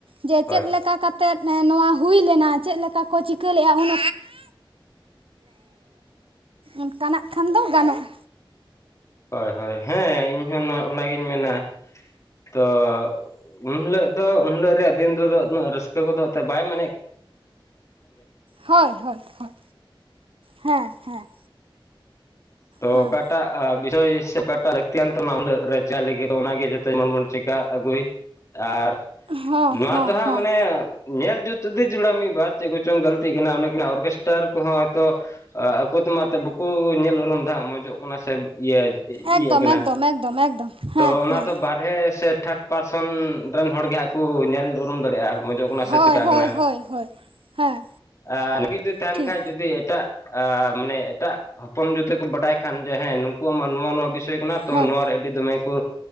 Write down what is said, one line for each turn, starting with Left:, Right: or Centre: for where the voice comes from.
Right: ᱡᱮ
Left: ᱦᱳᱭ
Right: ᱪᱮᱫ ᱞᱮᱠᱟ ᱠᱟᱛᱮᱜ ᱱᱚᱣᱟ ᱦᱩᱭ ᱞᱮᱱᱟ ᱪᱮᱫ ᱞᱮᱠᱟ ᱠᱚ ᱪᱤᱠᱟᱹ ᱞᱮᱫᱼᱟ ᱩᱱ ᱚᱱᱠᱟᱱᱟᱜ ᱠᱷᱟᱱ ᱫᱚ ᱜᱟᱱᱚᱜᱼᱟ
Left: ᱦᱳᱭ ᱦᱳᱭ ᱦᱮᱸ ᱤᱧᱦᱚᱸ ᱱᱚᱣᱟ ᱚᱱᱟᱜᱤᱧ ᱢᱮᱱᱟ ᱛᱚ ᱩᱱ ᱦᱤᱞᱳᱜ ᱫᱚ ᱩᱱ ᱦᱤᱞᱳᱜ ᱨᱮᱭᱟᱜ ᱫᱤᱱ ᱨᱮᱫᱚ ᱩᱱᱟᱹᱜ ᱨᱟᱹᱥᱠᱟᱹ ᱠᱚᱫᱚ ᱮᱱᱛᱮᱫ ᱵᱟᱭ ᱢᱮᱱᱮᱫ
Right: ᱦᱳᱭ ᱦᱳᱭ ᱦᱳᱭ ᱦᱮᱸ ᱦᱮᱸ
Left: ᱛᱚ
Right: ᱦᱮᱸ
Left: ᱚᱠᱟᱴ ᱚᱠᱟᱴᱟᱜ ᱵᱤᱥᱚᱭ ᱥᱮ ᱚᱠᱟᱴᱟᱜ ᱞᱟᱹᱠᱛᱤᱭᱟᱱ ᱛᱜ ᱨᱟᱪᱟ ᱞᱟᱹᱜᱤᱫ ᱚᱱᱟᱜᱮ ᱡᱟᱛᱮ ᱡᱚᱱ ᱵᱚᱱ ᱪᱮᱠᱟ ᱟᱹᱜᱩᱭ ᱟᱨ
Right: ᱦᱚᱸ
Left: ᱱᱚᱣᱟ
Right: ᱦᱚᱸ
Left: ᱫᱚ ᱦᱟᱸᱜ
Right: ᱦᱚᱸ
Left: ᱢᱟᱱᱮ ᱧᱮᱞ ᱡᱩᱛᱫᱤ ᱡᱩᱲᱟ ᱢᱤᱫ ᱵᱟᱨ ᱪᱮᱫ ᱠᱚᱪᱚᱝ ᱜᱟᱹᱞᱛᱤ ᱠᱟᱱᱟ ᱚᱱᱮ ᱠᱟᱱᱟ ᱚᱨᱜᱮᱥᱴᱟᱨ ᱠᱚᱦᱚᱸ ᱦᱚᱭᱛᱳ ᱟᱠᱚ ᱛᱮᱢᱟ ᱮᱱᱛᱮᱫ ᱵᱟᱠᱚ ᱧᱮᱞ ᱩᱨᱩᱢᱫᱟ ᱢᱚᱡᱚᱜ ᱠᱟᱱᱟ ᱥᱮ ᱤᱭᱟᱹ ᱤᱭᱟᱹᱜ
Right: ᱮᱠᱫᱚᱢ
Left: ᱠᱟᱱᱟ
Right: ᱮᱠᱫᱚᱢ ᱮᱠᱫᱚᱢ ᱮᱠᱫᱚᱢ ᱦᱮᱸ
Left: ᱛᱚ ᱚᱱᱟ
Right: ᱦᱮᱸ
Left: ᱫᱚ ᱵᱟᱴ ᱵᱟᱨᱦᱮ ᱥᱮ ᱛᱷᱟᱨᱰ ᱯᱟᱨᱥᱚᱱ ᱨᱮᱱ ᱦᱚᱲ ᱜᱮ ᱦᱟᱸᱜ ᱠᱚ ᱧᱮᱞ ᱩᱨᱩᱢ ᱫᱟᱲᱮᱭᱟᱜᱼᱟ ᱢᱚᱡᱚᱜ ᱠᱟᱱᱟ ᱥᱮ
Right: ᱦᱳᱭ
Left: ᱪᱤᱠᱟᱹᱜ
Right: ᱦᱳᱭ
Left: ᱠᱟᱱᱟ
Right: ᱦᱳᱭ ᱦᱳᱭ ᱦᱮᱸ
Left: <inaudible> ᱟᱨᱮ ᱡᱩᱫᱤ ᱛᱟᱦᱮᱱ
Right: ᱴᱷᱤᱠ
Left: ᱠᱷᱟᱡ ᱡᱩᱫᱤ ᱮᱴᱟᱜ ᱟᱸ ᱢᱟᱱᱮ ᱮᱴᱟᱜ ᱦᱚᱯᱚᱱ ᱡᱩᱫᱤ ᱠᱚ ᱵᱟᱰᱟᱭ ᱠᱷᱟᱱ ᱡᱮ ᱦᱮᱸ ᱱᱩᱠᱩᱣᱟᱜ ᱢᱟ ᱱᱚᱣᱟ ᱱᱚᱣᱟ ᱵᱤᱥᱚᱭ ᱠᱟᱱᱟ ᱛᱚ
Right: ᱦᱮᱸ
Left: ᱱᱚᱣᱟᱣ ᱨᱮ ᱟᱹᱰᱤ ᱫᱚᱢᱮ ᱠᱚ